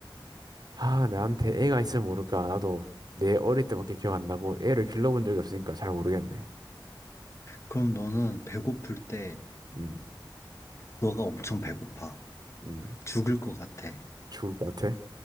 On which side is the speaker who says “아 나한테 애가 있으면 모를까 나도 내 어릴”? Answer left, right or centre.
Right